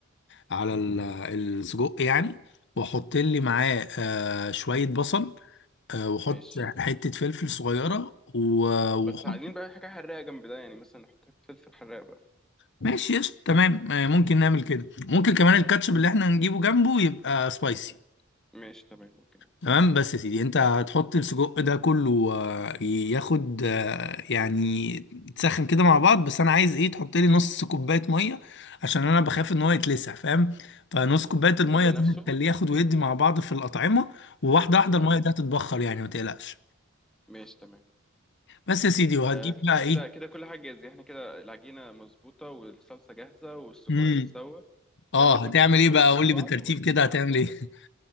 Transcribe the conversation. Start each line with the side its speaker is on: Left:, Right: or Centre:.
Left: على ال- السجق يعني واحط لي معاه آه شوية بصل آه، واحط
Centre: ماشي
Left: حتة فلفل صغيرة و-
Centre: بس
Left: واحط
Centre: عايزين بقى حاجه حراقه جنب ده يعني مثلا نحط فلفل حراق بقى
Left: ماشي يس تمام آه، ممكن نعمل كده ممكن كمان الكاتشب اللي احنا هنجيبه جنبه يبقى سبايسي
Centre: ماشي تمام ممكن
Left: تمام بس يا سيدي انت هتحط السجق ده كله آه، ياخد آه، يعني تسخن كده مع بعض بس انا عايز ايه تحط لي نص كوبايه ميه عشان انا بخاف ان هو يتلسع فاهم فنص كوبايه الميه
Centre: السجق نفسه
Left: دي هتخليه ياخد ويدي مع بعض في الاطعمه وواحده واحده
Centre: امم
Left: الميه دي هتتبخر يعني ما تقلقش
Centre: ماشي تمام
Left: بس يا سيدي وهتجيب
Centre: آه
Left: بقى ايه
Centre: كده كده كل حاجة جاهزة احنا كده العجينة مظبوطة والصلصة جاهزة والسجق
Left: امم
Centre: اتسوى
Left: اه
Centre: يعني لازم
Left: هتعمل
Centre: نحط كل
Left: ايه بقى
Centre: حاجة فوق
Left: قول لي
Centre: بعض
Left: بالترتيب
Centre: ونحطها
Left: كده هتعمل
Centre: في الفرن
Left: ايه <laughs>